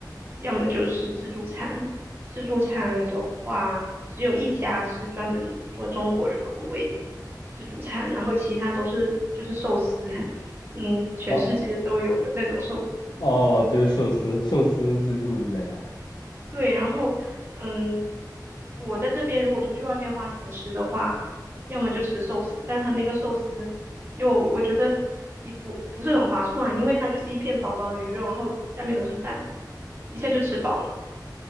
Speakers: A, on the right; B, on the left.
A: 要么就是自助餐。自助餐的话，只有一家是专门做中国人口味的自助餐，然后其他都是就是寿司，<laughs> 嗯，全世界都有的那种寿司。
B: 哦，哦，就是寿司、寿司自助之类的。
A: 对，然后，嗯，我在这边如果出去外面花钱吃的话，要么就吃寿司，但它那个寿司又我觉得也不不是很划算，因为它就是一片薄薄的鱼肉，然后下面都是饭，一下就吃饱了。